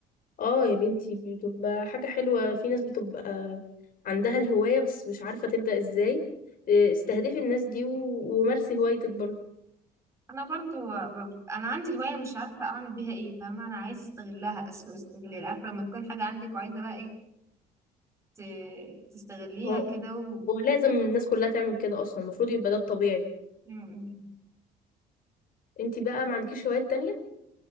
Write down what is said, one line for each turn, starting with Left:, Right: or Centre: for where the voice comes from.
Left: اه يا بنتي بتبقى حاجة حلوة في ناس بتبقى عندها الهواية بس مش عارفة تبدأ ازاي إيه، استهدفي الناس دي و- ومارسي هوايتك برضه
Right: انا برضو ب- انا عندي هوايه مش عارفه اعمل بيها ايه فاهمه انا عايزه استغلها اسوء استغلال عارفه لما تكون حاجه عندك وعايزه بقى ايه ت- تستغليها
Left: هو
Right: كده و...
Left: هو لازم الناس كلها تعمل كده اصلا المفروض يبقى ده الطبيعي
Right: مم.
Left: انتي بقى ما عندكيش هوايات تانية